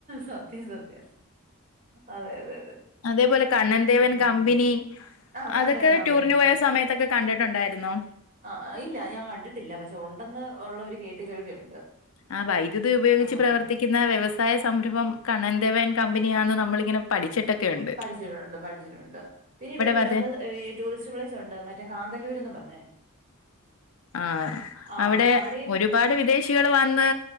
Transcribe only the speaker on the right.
സത്യം സത്യം അതെ അതെ അതെ.
ഉം
ആ കാദേവ
കമ്പനി
ആഹ് ഇല്ല ഞാൻ കണ്ടിട്ടില്ല. പക്ഷെ ഉണ്ടെന്ന് ഒള്ളര് കേട്ട് കേൾവിയുണ്ട്.
ആഹ്
പഠിച്ചിട്ടുണ്ട് പഠിച്ചിട്ടുണ്ട്. പിന്നെ ഇവര് വിനോദ
ഏഹ് ടൂറിസ്റ്റ് പ്ലേസ് ണ്ട് മറ്റേ കാന്തല്ലൂരന്ന് പറഞ്ഞ്.
ആഹ്
അവിടെയും